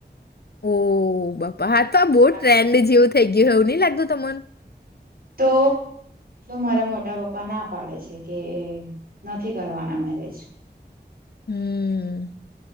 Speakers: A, on the left; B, on the right.
A: ઓ. ઓ બાપા હા તો આ બહુ
B: મારા
A: ટ્રેન્ડ જેવું થઈ ગયું હેવું નહી લાગતું તમન?
B: તો મારા મોટા પપ્પા ના પાડે છે કે નથી કરવાના મેરેજ.
A: હમ્મ.